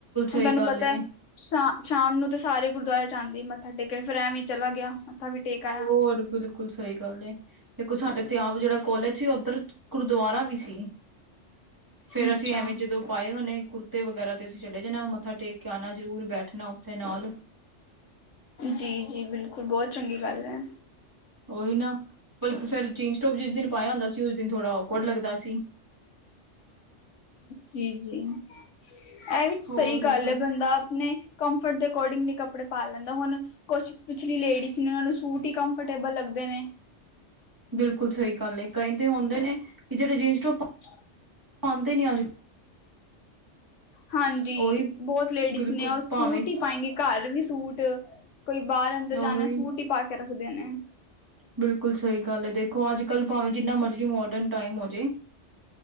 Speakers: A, on the left; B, on the right.
A: ਹੁਣ
B: ਸਹੀ
A: ਤੁਹਾਨੂੰ
B: ਗੱਲ
A: ਪਤਾ
B: ਏ।
A: ਹੈ ਸ਼ਾਮ ਸ਼ਾਮ ਨੂੰ ਤੇ ਸਾਰੇ ਗੁਰਦੁਆਰੇ ਜਾਂਦੇ ਆ ਮੱਥਾ ਟੇਕਣ, ਫਿਰ ਐਵੇਂ ਚਲਾ ਗਿਆ, ਮੱਥਾ ਵੀ ਟੇਕ ਆਇਆ।
B: ਹੋਰ, ਬਿਲਕੁਲ ਸਹੀ ਗੱਲ ਏ। ਦੇਖੋ ਸਾਡੇ ਤੇ ਆਪ ਜਿਹੜਾ ਕੋਲੇਜ ਏ, ਉੱਧਰ ਗੁਰਦੁਆਰਾ ਵੀ ਸੀ। ਫੇਰ
A: ਅੱਛਾ
B: ਅਸੀਂ ਐਵੇਂ ਜਦੋਂ ਪਾਏ ਹੋਨੇ ਕੁੜਤੇ ਤੇ ਵਗੈਰਾ ਤੇ ਅਸੀ ਚਲੇ ਜਾਣਾ ਮੱਥਾ ਟੇਕ ਕੇ ਆਨਾ ਜ਼ਰੂਰ, ਬੈਠਣਾ ਉੱਥੇ ਨਾਲ
A: ਜੀ ਜੀ ਬਿਲਕੁਲ, ਬਹੁਤ ਚੰਗੀ ਗੱਲ ਏ।
B: ਓਹੀ ਨਾ ਫੇਰ ਜੀਂਸ- ਟੋਪ ਜਿਸ ਦਿਨ ਪਾਇਆ ਹੁੰਦਾ ਸੀ, ਉਸ ਦਿਨ ਥੋੜਾ ਔਕਵਡ ਲੱਗਦਾ ਸੀ।
A: ਜੀ ਜੀ। ਇਹ ਵੀ
B: ਹੋਰ
A: ਸਹੀ
B: ਦੱਸੋ?
A: ਗੱਲ ਹੈ ਬੰਦਾ ਆਪਣੇ ਕੰਫਰਟ ਦੇ ਅਕੋਰਡਿੰਗਲੀ ਕੱਪੜੇ ਪਾ ਲੈਂਦਾ ਹੁਣ ਕੁਛ ਪਿਛਲੀ ਲੇਡੀਜ਼ ਨੇ ਉਹਨਾਂ ਨੂੰ ਸੂਟ ਹੀ ਕੰਫਰਟੇਬਲ ਲੱਗਦੇ ਨੇ।
B: ਬਿਲਕੁਲ ਸਹੀ ਗੱਲ ਏ ਕਈ ਤੇ ਹੁੰਦੇ ਨੇ ਕਿ ਜਿਹੜੇ ਜੀਨਸ ਟੋਪ
A: ਹ।
B: ਆਉਂਦੇ ਨੀ ਅੱਜਕਲ।
A: ਹਾਂਜੀ
B: ਉਹੀ
A: ਬਹੁਤ ਲੇਡੀਜ਼
B: ਬਿਲਕੁਲ
A: ਨੇ ਉਹ ਸੂਟ
B: ਭਾਵੇਂ
A: ਹੀ ਪਾਏਗੀ। ਘਰ ਵੀ ਸੂਟ ਕੋਈ ਬਾਹਰ ਅੰਦਰ
B: ਉਹੀ
A: ਜਾਣਾ ਸੂਟ ਹੀ ਪਾ ਕੇ ਰੱਖਦੇ ਨੇ।
B: ਬਿਲਕੁਲ ਸਹੀ ਗੱਲ ਹੈ ਦੇਖੋ ਅੱਜ ਕੱਲ ਭਾਵੇਂ ਜਿੰਨਾ ਮਰਜੀ ਮੋਡਰਨ ਟਾਈਮ ਹੋ ਜਾਏ